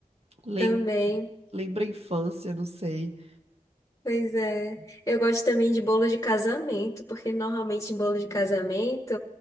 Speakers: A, on the right; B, on the left.
A: Lembra,
B: também.
A: lembra a infância, não sei.
B: Pois é. Eu gosto também de bolo de casamento, porque normalmente em bolo de casamento,